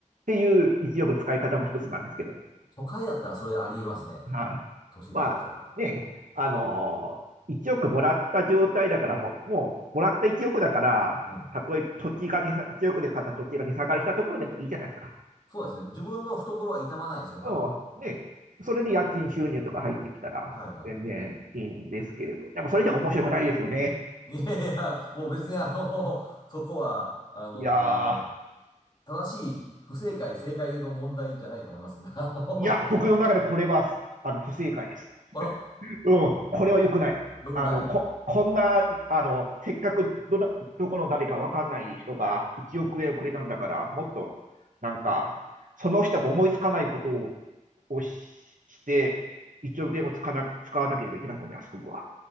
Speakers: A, on the right; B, on the left.
A: ていう1億の使い方も一つなんですけど
B: 都会だったらそれありえますね。
A: はい。
B: 都心部だったら。
A: まあ、ね、あのー、1億もらった状態だから、もう、もう、もらった1億だから、
B: うん。
A: たとえ土地が値下、1億で買った土地が値下がりしたところでもいいじゃないですか。
B: そうですね。自分の懐は痛まないですね、多分。
A: うん。ね、それで家賃収入とか入ってきたら、
B: はいは
A: 全然いいんですけれど。でも、それじゃ面白くないですよね。
B: い。<laughs> いやいや、もう別にあの、<laughs> そこは、あの
A: いや
B: 正しい不正解、正解の問題じゃないと思いますんで、あの、
A: ー、いや、
B: <laughs>
A: 僕の中でこれは、あの、不正解です。
B: あら、
A: うん、これは良くない。
B: 良くない。
A: あの、こ、こんな、あの、せっかくどな、どこの誰かわかんない人が1億円をくれたんだから、
B: うん。
A: もっと、なんか、その人が思いつかないことを、をし、して、1億円を使わな、使わなければいけないと思います、僕は。